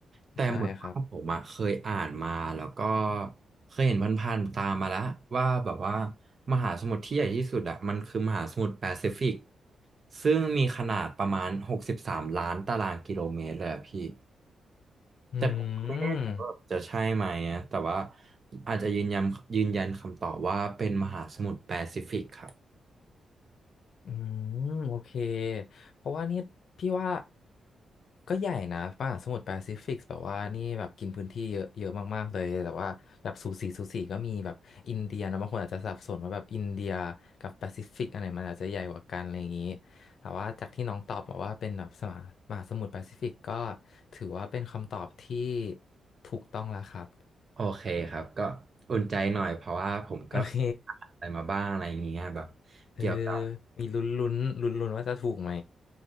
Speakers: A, on the right (about 45°); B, on the left (about 65°).
A: แต่เหมือนว่าผมอะเคยอ่านมาแล้วก็
B: ใช่ครับ
A: เคยเห็นผพันๆตามมาแล้วว่าแบบว่ามหาสมุทรที่ใหญ่ที่สุดอะมันคือมหาสมุทรแปซิฟิกซึ่งมีขนาดประมาณหกสิบสามล้านตารางกิโลเมตรเลยอะพี่
B: อืม
A: แต่ผมก็ไม่แน่ใจว่าจะใช่ไหมอะแต่ว่าอาจจะยืนยันยืนยันคำตอบว่าเป็นมหาสมุทรแปซิฟิกครับ
B: อืมโอเคเพราะว่านี่พี่ว่าก็ใหญ่นะป่ะสมุทรแปซิฟิกแบบว่านี่แบบกินพื้นที่เยอะเยอะมากๆเลยแต่ว่าแบบสูสีสูสีก็มีแบบอินเดียนะบางคนอาจจะสับสนว่าแบบอินเดียกับแปซิฟิกอันไหนมันอาจจะใหญ่กว่ากันอะไรอย่างนี้แต่ว่าจากที่น้องตอบบอกว่าเป็นแบบสมามหาสมุทรแปซิฟิกก็ถือว่าเป็นคำตอบที่ถูกต้องแล้วครับ
A: โอเคครับก็อุ่นใจหน่อยเพราะว่าผมก็
B: โอเค
A: อานอะไรมาบ้างอะไรอย่างเงี้ยแบบเกี่ยวกับ
B: เออมีลุ้นลุ้นลุ้นลุ้นๆว่าจะถูกไหม